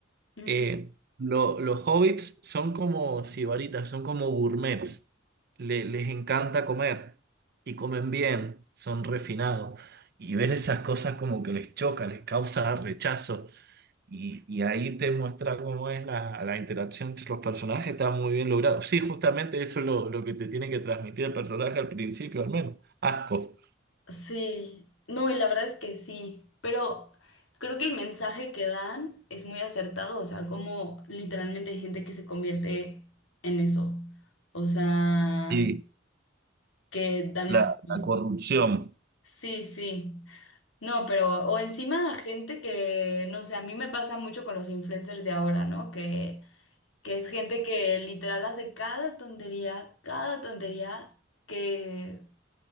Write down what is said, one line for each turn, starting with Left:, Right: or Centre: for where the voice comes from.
Left: Ujú.
Right: Eh, lo- los hobbits son como sibaritas, son como gourmets. Le- les encanta comer y comen bien, son refinados. Y ver esas cosas como que les choca, les causa rechazo. Y, y ahí te muestra cómo es la, la interacción entre los personajes, está muy bien logrado. Sí, justamente eso es lo, lo que te tiene que transmitir el personaje al principio, al menos. Asco.
Left: Sí, no, y la verdad es que sí, pero creo que el mensaje que dan es muy acertado, o sea, como literalmente hay gente que se convierte en eso, o sea,
Right: Sí,
Left: que dan
Right: la,
Left: así.
Right: la corrupción.
Left: Sí, sí, No, pero, o encima gente que, no sé, a mí me pasa mucho con los influencers de ahora, ¿no? Que, que es gente que literal hace cada tontería, cada tontería que,